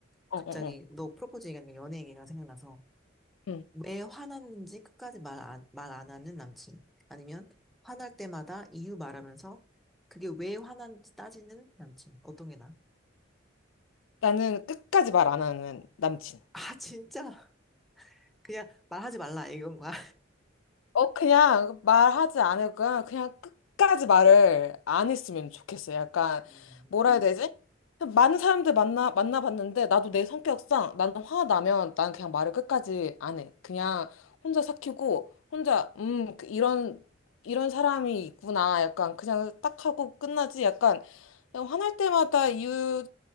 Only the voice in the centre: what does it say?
갑자기
너 프로포즈 얘기하니까 연애 얘기가 생각나서
왜 화났는지 끝까지 말 안, 말 안 하는 남친. 아니면 화날 때마다 이유 말하면서 그게 왜 화났는지 따지는 남친. 어떤 게 나아?
<laughs> 아, 진짜? 그냥 말하지 말라 이건 거야.
음,